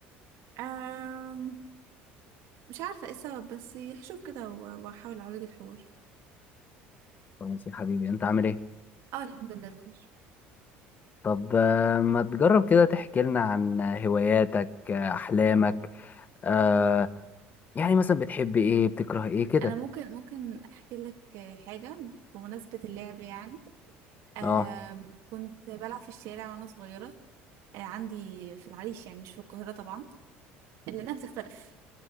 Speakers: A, on the right; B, on the left.
A: أم... مش عارفة ايه السبب بس هشوف كده و- وأحاول أعالج الحوار
B: خلاص يا حبيبي انت عامل ايه
A: اه الحمد لله بخير
B: طب آه، ما تجرب كده تحكي لنا عن هواياتك آه، احلامك آه، يعني مثلا بتحب ايه بتكره ايه كده
A: أنا ممكن ممكن أحكي لك حاجة بمناسبة اللعب يعني أم...
B: اه
A: كنت بلعب في الشارع وأنا صغيرة أه، عندي في العريش يعني مش في القاهرة طبعا لأنها بتختلف